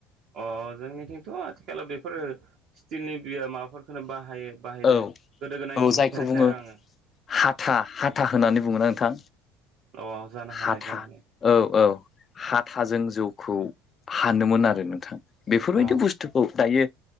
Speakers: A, on the right; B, on the left.
A: अ जोंनिथिंथ' आथिखालाव बेफोरो स्टिलनि होयो माबाफोरखौनो बाहायो बाहायदो
B: औ
A: गोदो गोदायनिखौ
B: औ
A: नुफेराखै
B: जायखौ बुङो
A: आरो आङो
B: हाथा हाथा होननानै बुङोना नोंथां।
A: अ जानो
B: हाथा
A: हानाय जानो हानाय
B: औ औ हा थाजों जौखौ हानोमोन आरो नोंथां बेफोरबायदि
A: अ
B: बुस्थुखौ दायो।